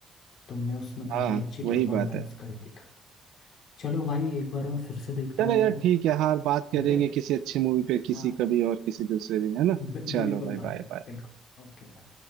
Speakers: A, on the left; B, on the right.
A: तुमने उसमें काफ़ी
B: हाँ
A: अच्छी
B: वही
A: परफॉर्मेंस
B: बात है
A: करी दिखा चलो भाई एक बार मैं फिर से देखता
B: चलो
A: हूँ
B: यार
A: यार
B: ठीक है हाँ बात
A: ठीक
B: करेंगे
A: है
B: किसी अच्छी मूवी पे किसी
A: हाँ
B: कभी और किसी दूसरे दिन है ना
A: बि- बिल्कुल
B: चलो भाई
A: भाई
B: बाय बाय
A: बिल्कुल ओके भाई